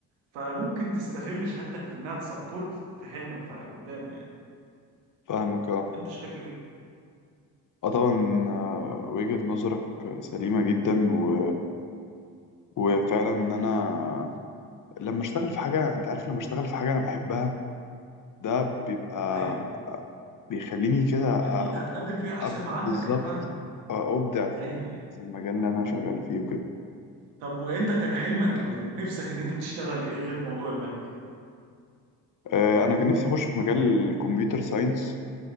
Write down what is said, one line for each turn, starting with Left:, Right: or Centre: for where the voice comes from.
Right: فممكن تستغل شهادتك في انها تسبورت في حلمك قدام يعني
Left: فاهمك اه
Right: انت شايف ايه؟
Left: اه طبعا آه، وجهة نظرك سليمة جدا و... وفعلا ان انا لما اشتغل في حاجة انت عارف لما اشتغل في حاجة انا بحبها ده بيبقى
Right: ايوه
Left: بيخليني كده
Right: اكيد
Left: أ-
Right: هتقدم فيها احسن
Left: أب-
Right: ما عندك
Left: بالظبط
Right: انا فاهمك
Left: آه، أبدع في
Right: ايوه
Left: ال- في المجال اللي أنا شغال فيه وكده
Right: طب وانت كان حلمك او نفسك ان انت تشتغل ايه غير موضوع البنك
Left: آه، أنا كان نفسي أخش في مجال الكمبيوتر ساينس